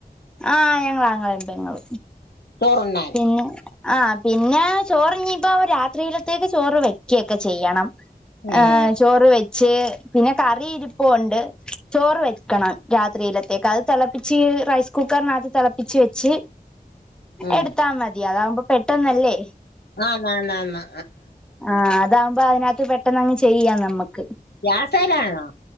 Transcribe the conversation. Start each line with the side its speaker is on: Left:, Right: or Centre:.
Centre: ആഹ് ഞങ്ങളാങ്ങള പെങ്ങളും
Left: ചോറുണ്ണാൻ
Centre: പിന്നെ ആഹ് പിന്നെ ചോറ് ഞ്ഞിപ്പ രാത്രിയിലത്തേക്ക് ചോറ് വെക്കൊക്കെ ചെയ്യണം
Left: ഉം
Centre: ഏഹ ചോറ് വെച്ച് പിന്നെ കറി ഇരിപ്പുണ്ട് ചോറ് വെക്കണം രാത് രാത്രിയിലത്തേക്ക് അത് തിളപ്പിച്ച് റൈസ് കുക്കറിനകത്ത് തിളപ്പിച്ച് വെച്ച്
Left: ഉം
Centre: എടു അത അതകുമ്പോ പെട്ടന്നല്ലേ
Left: ആണ്‌ ആണ് ആണ്
Centre: ആഹ അതാവുമ്പോ അതിനകത്ത് പെട്ടെന്ന്ങ്ങ് ചെയ്യാം നമ്മുക്ക്
Left: ഗ്യാസയിലാണോ